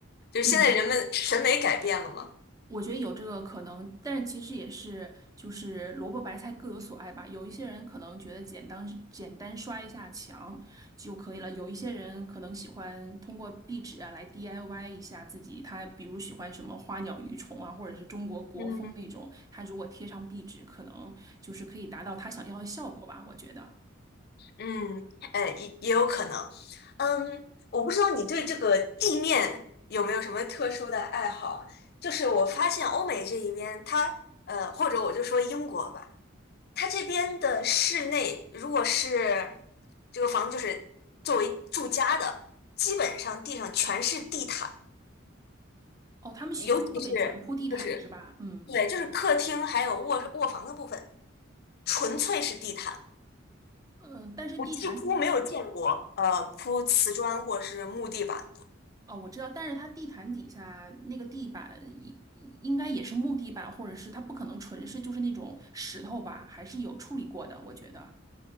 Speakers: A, on the left; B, on the right.
A: 就是现在人们审美改变了嘛。
B: 嗯，我觉得有这个可能，但是其实也是就是萝卜白菜各有所爱吧。有一些人可能觉得简单简单刷一下墙就可以了，有一些人可能喜欢通过壁纸啊来 DIY 一下自己。他比如喜欢什么花鸟鱼虫啊，或者是中国国风那种，
A: 嗯，
B: 他如果贴上壁纸，可能就是可以达到他想要的效果吧。我觉得。
A: 嗯，哎，也也有可能。嗯，我不知道你对这个地面有没有什么特殊的爱好啊就是我发现欧美这一边，它呃，或者我就说英国吧，它这边的室内，如果是这个房子就是作为住家的，基本上地上全是地毯，
B: 哦，他们喜欢特别喜欢铺地毯是吧？
A: 尤其是就是
B: 嗯
A: 对，就是客厅还有卧卧房的部分，纯粹是地毯。
B: 嗯，呃但是地毯。
A: 我几乎没有见过，呃，铺瓷砖或是木地板的。
B: 哦，我知道，但是它地毯底下那个地板应应该也是木地板，或者是它不可能纯是就是那种石头吧，还是有处理过的。我觉得